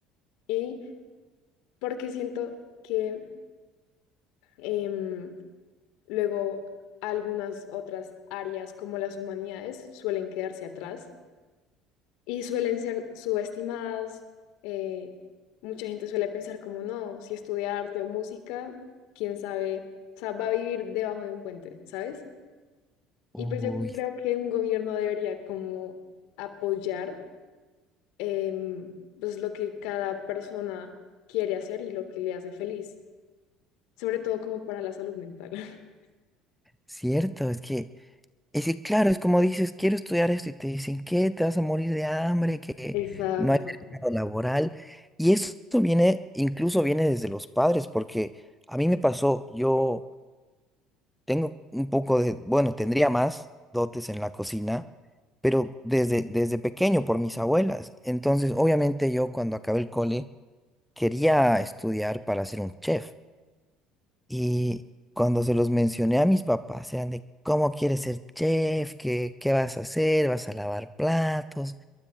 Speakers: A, on the left (about 65°); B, in the centre.
A: Y porque siento que... em, Luego, algunas otras áreas como las humanidades suelen quedarse atrás y suelen ser subestimadas. eh, mucha gente suele pensar como, no, si estudia arte o música, quién sabe, o sea, va a vivir debajo de un puente, ¿sabes?
B: uy,
A: Y pues yo creo que un gobierno debería como apoyar em, pues lo que cada persona quiere hacer y lo que le hace feliz, sobre todo como para la salud mental. <laughs>
B: cierto, es que, es que claro, es como dices, quiero estudiar esto y te dicen, ¿qué? Te vas a morir de hambre, que
A: Exacto.
B: no hay mercado laboral. Y eso viene, incluso viene desde los padres, porque a mí me pasó, yo... Tengo un poco de, bueno, tendría más dotes en la cocina, pero desde, desde pequeño por mis abuelas. Entonces, obviamente yo cuando acabé el cole quería estudiar para ser un chef. Y cuando se los mencioné a mis papás, eran de, ¿cómo quieres ser chef? ¿Qué, qué vas a hacer? ¿Vas a lavar platos?